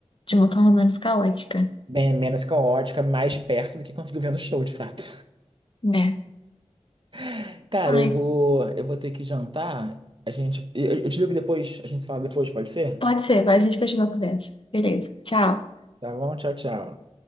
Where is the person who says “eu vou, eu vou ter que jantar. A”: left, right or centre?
Right